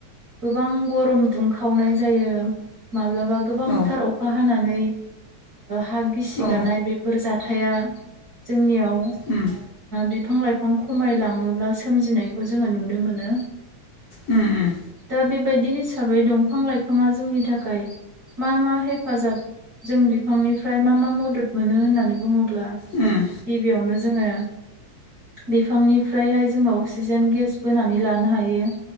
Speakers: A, on the right; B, on the left.
A: गोबां गरम दुंखावनाय जायो, माब्लाबा गोबांथार
B: औ
A: अखा हानानै हा गिसि
B: औ
A: गानाय बेफोर जाथाया जोंनियाव
B: उम।
A: बिफां लाइफां खमायलाङोब्ला सोमजिनायखौ जोङो नुनो मोनो।
B: उम उम
A: दा बेबायदि हिसाबै दंफां लाइफाङा जोंनि था खाय मा मा हेफाजाब जों बिफांनिफ्राय मा मा मदद मोनो होननानै बुङोब्ला
B: उम।
A: गिबियावनो जोङो बिफांनिफ्रायहाय जोङो अक्सिजेन गेस बोनानै लानो हायो।